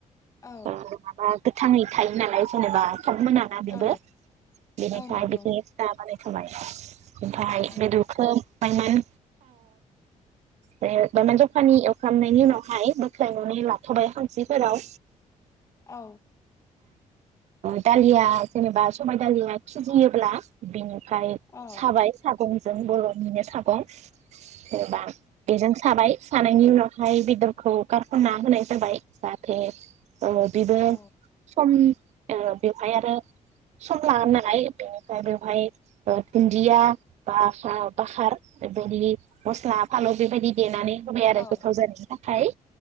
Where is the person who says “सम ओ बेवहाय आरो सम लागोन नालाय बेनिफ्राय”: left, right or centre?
Right